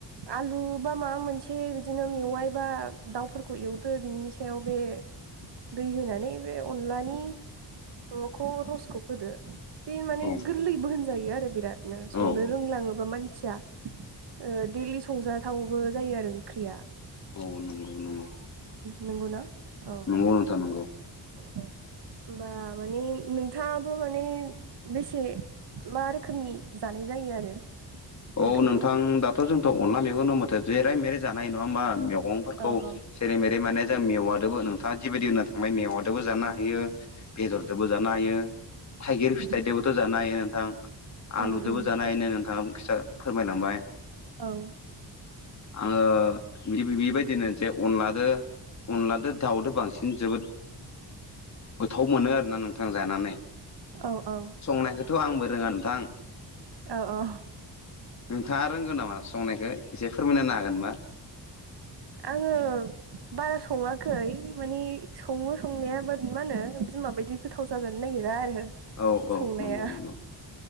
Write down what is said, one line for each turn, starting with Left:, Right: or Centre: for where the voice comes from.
Right: आलु बा माबा मोनसे बिदि बिदिनो मेवाइ बा दाउफोरखौ एवदो बिनि सायाव बे दै होनानै बे अनलानि माबाखौ रसखौ होदो। बे माने
Left: औ
Right: गोरलै बो होनजायो आरो बिरादनो संनो।
Left: औ
Right: रोंलाङोबा मानसिया ओ दैलि संजाथावबो जायो आरो ओंख्रिया।
Left: औ नंगौ नंगौ।
Right: नंगौ ना औ औ
Left: नंगौ नोंथां नंगौ
Right: औ औ। होमबा माने नोंथाङाबो माने बेसे मा रोखोमनि जानाय जायो आरो। बे
Left: औ
Right: ओंख्रिखौ
Left: नोंथां दाथ' जोंथ' अनला मैगं द माथो जेराय मेरै जानो हायो नङा होमबा मैगंफोरखौ
Right: औ औ
Left: जेरै मेरै माने जों मेवा दोबो नोंथाङा जिबायदि होनना थांबाय मेवआदोबो जानो हायो बेदरदोबो जानो हायो थाइगिर
Right: उम
Left: फिथाइदोबोथ' जानो हायो नोंथां आलुजोंबो
Right: उम उम
Left: जानो हायोनो नोंथां फिसा फोरमायलांबाय
Right: औ
Left: आङो बेबायदिनो जे अनला लादो अनलादो दाउदो बांसिन जोबोद गोथाव मोनो आरोना नोंथां जानानै।
Right: औ औ
Left: संनायखौथ' आंबो रोङा नोंथां।
Right: औ अं
Left: नोंथाङा रोंगौ नामा संनायखौ एसे फोरमायना हागोनबा।
Right: आङो बारा सङाखै। मानि सङो संनायाबा मा होनो बिमाबायदि गोथाव जाजानो नागिरा आरो
Left: औ औ
Right: संनाया।
Left: नंगौ नंगौ